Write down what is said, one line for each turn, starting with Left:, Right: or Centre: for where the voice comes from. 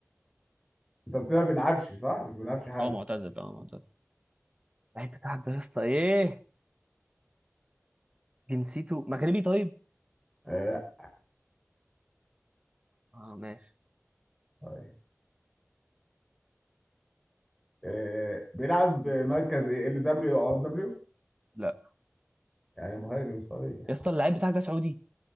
Centre: انت قلت لي ما بيلعبش صح مش بيلعبش حالا
Right: اه معتزل اه معتزل اللعيب بتاعك ده يا اسطى ايه جنسيته مغربي طيب
Centre: آه لا
Right: اه ماشي
Centre: طيب. آه، بيلعب مركز ايه ال دبليو او دبليو
Right: لا
Centre: يعني مهاجم صريح
Right: يا اسطى اللعيب بتاعك ده سعودي